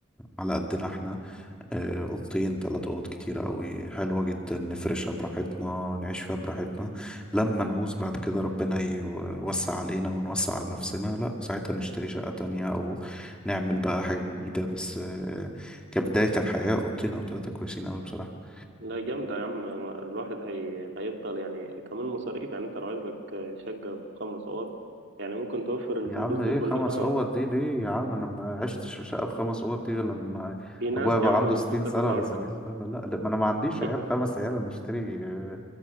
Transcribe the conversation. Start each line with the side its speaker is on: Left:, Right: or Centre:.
Centre: على قدنا إحنا آه، أوضتين تلات أوض كتيرة أوي حلوة جدا نفرشها براحتنا نعيش فيها براحتنا لما نعوز بعد كده ربنا يوسع علينا ونوسع على نفسنا لأ ساعتها نشتري شقة تانية أو نعمل بقى حاجة جديدة بس آه، كبداية الحياة أوضتين أو تلاتة كويسين أوي بصراحة
Right: لا جامده يا عم الواحد هي... هيفضل يعني كمان مصاريف يعني انت لو عايز لك شقه بخمس اوض يعني ممكن توفر الفلوس
Centre: يا عم
Right: دي
Centre: ايه
Right: كلها
Centre: خمس اوض دي ليه يا عم انا ما عشتش في شقه بخمس اوض دي غير لما
Right: في ناس
Centre: ابويا بقى
Right: يا عم
Centre: عنده 60
Right: بتفكر
Centre: سنه
Right: في الحوار
Centre: ولا 70
Right: ده
Centre: سنه لا لا، ما انا ما عنديش
Right: <laughs>
Centre: عيال خمس عيال انا اشتري آه،